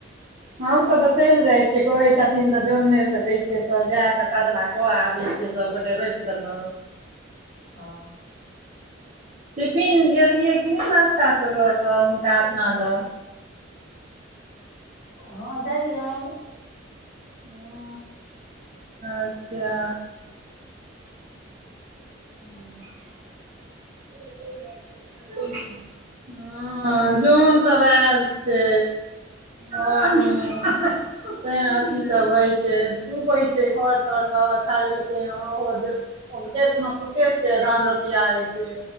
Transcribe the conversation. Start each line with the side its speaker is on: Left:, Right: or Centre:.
Right: हम सब तऽ चैल जाइ छियै कहै छथिन तऽ जौन नै भेटै छै तऽ जाय कऽ कदबा कऽ आबै छियै सबगोटे रोप देलौ।
Left: हां।
Right: टिफिन गेलियै कि नै नास्ता सब लऽ कऽ हुनका अपना लग। <inaudible>
Left: हां दलियैन।
Right: हां। अच्छा।
Left: हम्हु।
Right: हे रे जौन ऐल छलै <unintelligible> हां जौन सब ऐल छै। हां-हां तें अथी सब हय छै, चुबै छै घर-तर सब छरेलकै हें उहो जरूर ओे खेत में <unintelligible> छै, धान रोपैया होइ छै।